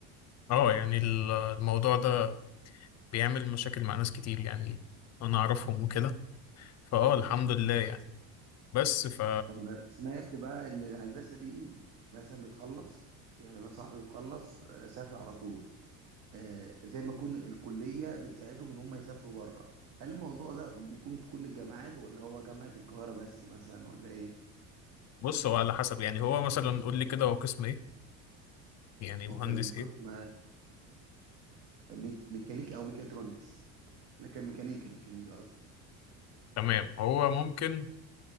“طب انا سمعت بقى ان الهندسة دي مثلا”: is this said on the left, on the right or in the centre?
Right